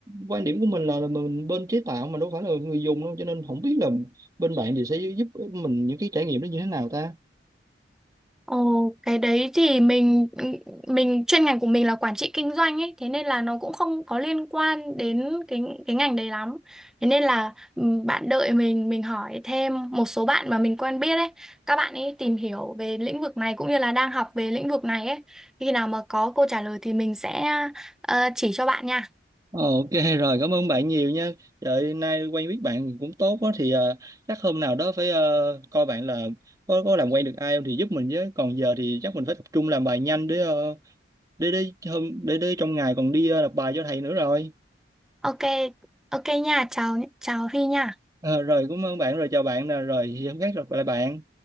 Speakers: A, on the right; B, in the centre.
A: quan điểm của mình là, là mình bên chế tạo mà đâu phải là người dùng đâu cho nên không biết là bên bạn thì sẽ giúp mình những cái trải nghiệm đó như thế nào ta
B: Ồ, cái đấy thì mình mình chuyên ngành của mình là quản trị kinh doanh ấy, thế nên là nó cũng không có liên quan đến cái cái ngành đấy lắm. Thế nên là ừ, bạn đợi mình mình hỏi thêm một số bạn mà mình quen biết ấy, các bạn ấy tìm hiểu về lĩnh vực này cũng như là đang học về lĩnh vực này ấy. Khi nào mà có câu trả lời thì mình sẽ ờ, chỉ cho bạn nha.
A: Ờ, Ok rồi cảm ơn bạn nhiều nha. Trời nay quen biết bạn cũng tốt quá thì ờ, chắc hôm nào đó phải ờ, coi bạn là có có làm quen được ai không thì giúp mình với. Còn giờ thì chắc mình phải tập trung làm bài nhanh để ờ, để để hôm để để trong ngày còn đi ờ, nộp bài cho thầy nữa rồi.
B: Ok, ok nha, chào chào Huy nha.
A: Ờ, rồi cảm ơn bạn rồi chào bạn nè rồi thì hôm khác gặp lại bạn.